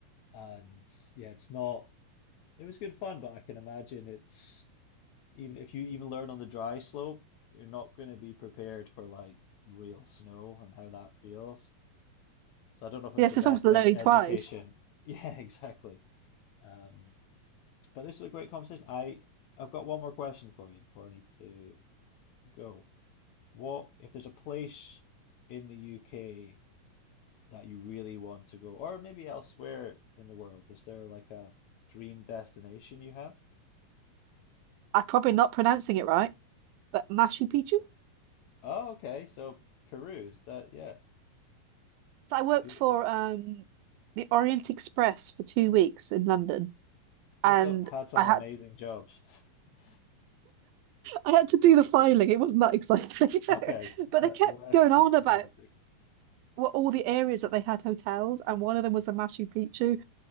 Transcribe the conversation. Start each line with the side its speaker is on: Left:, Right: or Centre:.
Left: And yeah, it's not, it was good fun, but I can imagine it's, even if you even learn on the dry slope, you're not going to be prepared for like real snow and how that feels. So I don't know if it
Right: Yeah,
Left: was
Right: so
Left: the best
Right: someone's lonely
Left: ed education.
Right: twice.
Left: <laughs> Yeah, exactly. Um, but this is a great conversation. I I've got one more question for you before I need to go. What if there's a place in the UK that you really want to go, or maybe elsewhere in the world? Is there like a dream destination you have?
Right: I'm probably not pronouncing it right, but Machu Picchu.
Left: Oh, okay. So Peru is that, yeah.
Right: So I worked
Left: Beautiful.
Right: for um the Orient Express for two weeks in London,
Left: You've
Right: and
Left: so, had some
Right: I
Left: amazing
Right: had
Left: jobs. <laughs>
Right: I had to do the filing. It wasn't that exciting,
Left: Okay,
Right: <laughs> but
Left: but
Right: they kept
Left: less
Right: going on
Left: r-
Right: about
Left: romantic.
Right: what all the areas that they had hotels, and one of them was the Machu Picchu,